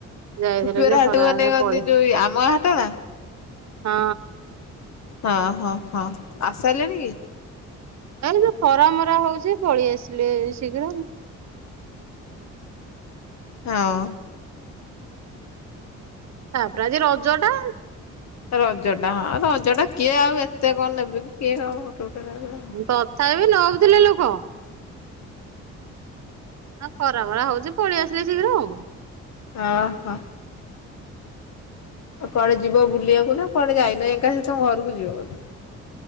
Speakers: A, on the right (about 60°); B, on the left (about 60°).
A: ଯାଇଥିଲେ
B: ଛୁଟିବାର
A: ଯେ
B: ହାଟକୁ
A: ଖରାରେ
B: ନେଇକନ୍ତି
A: ପଳେଇ
B: ଯୋଉ ଆମ ଗାଁ ହାଟ ନା
A: ହଁ।
B: ହଁ ହଁ ହଁ ଆସି ସାରିଲେଣି କି?
A: ଆ ଯୋଉ ଖରା ମରା ହଉଛି ପଳେଇ ଆସିଲେ ଶୀଘ୍ର।
B: ହଁ।
A: ତାପରେ ଆଜି ରଜଟା
B: ରଜଟା ହଁ ରଜଟା କିଏ ଆଉ ଏତେ କଣ ନେବେ କି କିଏ କଣ ଫଟ ଫଟ ନେବେ ହୁଁ
A: ତଥାପି ନଉଥିଲେ ଲୋକ ହଁ ଖରାବେଳେ ହଉଛି ପଳେଇଆସିଲେ ଶୀଘ୍ର ଆଉ।
B: ହଁ ହଁ ଆଉ କୁଆଡେ ଯିବ ବୁଲିବାକୁ ନା କୁଆଡେ ଯାଇନ ଏକା ସେ ତ ଘରକୁ ଯିବ ବ